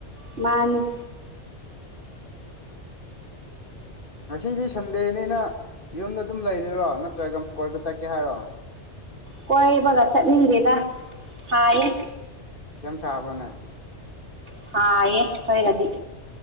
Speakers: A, on the right (about 70°); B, on the left (about 50°).
A: ꯃꯥꯅꯤ
B: ꯉꯁꯤꯗꯤ ꯁꯟꯗꯦꯅꯤꯅ ꯌꯨꯝꯗ ꯑꯗꯨꯝ ꯂꯩꯗꯣꯏꯔꯣ ꯅꯠꯇ꯭ꯔꯒ ꯀꯣꯏꯕ ꯆꯠꯀꯦ ꯍꯥꯏꯔꯣ
A: ꯀꯣꯏꯕꯒ ꯆꯠꯅꯤꯡꯗꯦꯗ ꯁꯥꯏꯌꯦ
B: ꯁꯦꯝ ꯁꯥꯕ꯭ꯔꯣ ꯅꯪ
A: ꯁꯥꯏꯌꯦ ꯑꯩꯈꯣꯏꯗꯗꯤ